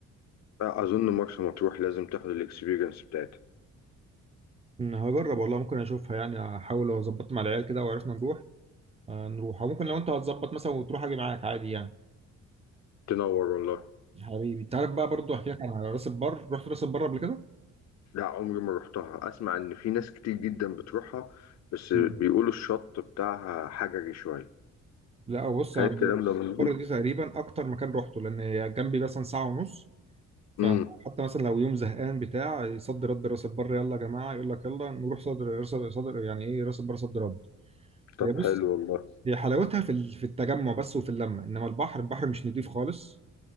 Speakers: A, on the left (about 60°); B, on the right (about 20°).
A: آه، اظن مرسى مطروح لازم تاخد الاكسبيرينس بتاعتها
B: أمم، هجرب والله ممكن اشوفها يعني احاول لو ظبطت مع العيال كده وعرفنا نروح آه، نروح او ممكن لو انت هتظبط مثلا وتروح اجي معاك عادي يعني
A: تنور والله
B: حبيبي انت عارف بقى برضو احكي لك على راس البر رحت راس البر قبل كده
A: لا عمري ما رحتها اسمع ان في ناس كتير جدا بتروحها بس
B: مم.
A: بيقولوا الشط بتاعها حجري شوية
B: لا بص
A: هل
B: انا
A: الكلام
B: راس
A: ده مظبوط؟
B: البر دي تقريبا اكتر مكان روحته لان هي جنبي مثلا ساعه ونص فحتى
A: امم
B: مثلا لو يوم زهقان بتاع يصد رد راس البر يلا يا جماعه يقول لك يلا نروح صدر صدر صدر يعني ايه راس البر صد رد
A: طب
B: هي بص
A: حلو والله
B: هي حلاوتها في ال- في التجمع بس وفي اللمه انما البحر البحر مش نضيف خالص